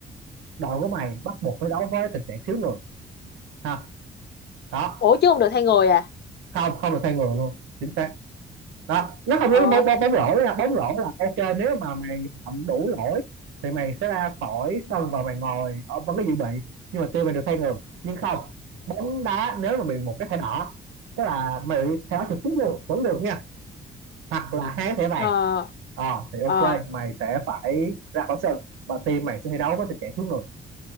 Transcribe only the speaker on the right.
đội của mày bắt buộc phải đấu với tình trạng thiếu người ha đó
không không được thay người luôn chính xác đó nó không
giống bóng bóng bóng rổ nha bóng rổ là ok nếu mà mày phạm đủ lỗi thì mày sẽ ra khỏi sân và mày ngồi ở vẫn cái dự bị nhưng mà team mày được thay người nhưng không bóng đá nếu mà bị một cái thẻ đỏ tức là mày bị thẻ đỏ trực tiếp luôn vẫn được nha hoặc là hai thẻ vàng
Ờ thì ok
mày sẽ phải ra khỏi sân và team mày sẽ thi đấu với tình trạng thiếu người